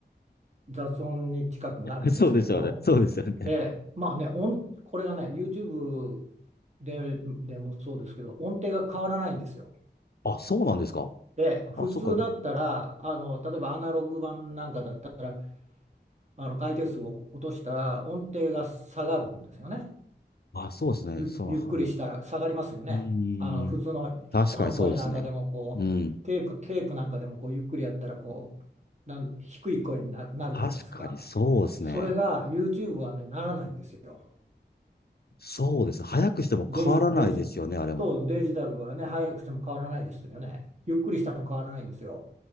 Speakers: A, on the right (about 40°); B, on the left (about 60°).
A: う雑音に近くなるんですけど、
B: <laughs> そうですよね。そうですよね。
A: ええ、まあね音これがね YouTube で、でもそうですけど音程が変わらないんですよ。
B: あ、そうなんですか。
A: で普通だったらあの例えばアナログ版なんかだったら
B: あ、そっか。うん
A: あの回転数を落としたら音程が下がるんですよね。
B: あ、そうですね。
A: ゆ、
B: そう。
A: ゆっくりしたら下がりますよね。
B: はうーん。
A: あの普通の人の声なんかでもこうテープ、
B: 確かにそうですね。うん。
A: テープなんかでもこうゆっくりやったらこうなん低い声にな、なるじゃないですか。
B: 確かにそうですね。
A: それが YouTube はね、ならないんですよ。
B: そうです。早くしても変わらないですよね、
A: デジ、デジ、
B: あれも。
A: そう、デジタルはね、早くしても変わらないですよね。ゆっくりしても変わらないんですよ。